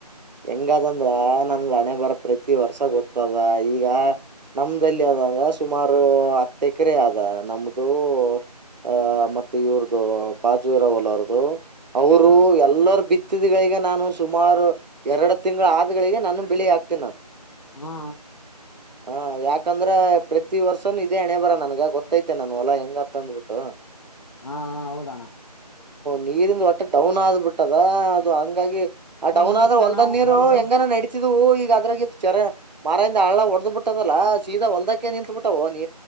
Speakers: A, on the right; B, on the left.
A: ಹೆಂಗದಂದ್ರ ನನ್ ರನೆೆ ಬರ್ತ್ತ ಪ್ರತಿ ವರ್ಷ ಗೊತ್ತದ ಈಗ ನಮ್ದಲ್ಲಿ ಅದಂದ್ರ ಸುಮಾರು ಹತ್ತು ತಕರೆ ಅದ ನಮ್ದು ಆಹ ಮತ್ತೆ ಇವ್ರ್ದು ಬಾಜು ಇರಾವಲ್ ಅವರದು ಅವರು
B: ಹ
A: ಎಲ್ಲರ ಬಿತ್ತಿದ್ಗಳಿಗೆ ನಾನು ನು ಸುಮಾರು ಎರಡು ತಿಂಗಳ ಆದಗಳಿಗೆ ನಾನು ಬೆಳಿ ಹಾಕ್ತೇನಿ ನನ್
B: ಹಾ
A: ಹಾ ಯಾಕ್ ಯಾಕಂದ್ರ ಪ್ರತಿ ವರ್ಷನು ಇದೇ ಅಣೆ ಬರ ನನ್ಗ ಗೊತ್ತೈತೆ ನಾನ ಹೊಲಾ ಹೆಂಗತ್ತ ಅಂದ್ಬಿಟ್ಟು.
B: ಹಾ ಹೌದಣ.
A: ನೀರಿಂದ ಒಟ್ಟ ಡೌನ್ ಆಗ ಅದ ಅದು ಹಂಗಾಗಿ ಆ ಡೌನ್
B: ಅನಕಣ
A: ಆದ್ರೆ ಹೊಲ್ದನ್ ನೀರು
B: ಒಂದು
A: ಹೆಂಗಾನ ನೆಡತಿದ್ವು ಈಗ.. <unintelligible> ಚ ಕೆರೆ ಮರದಿಂದ ಅಳ್ಳ ಹೊಡೆದ್ ಬಿಟ್ಟದಲ್ಲ ಸೀದ ಹೊಲ್ದಕ್ಕೆ ನಿಂತತ್ ಬಿಟ್ಟವು ನೀ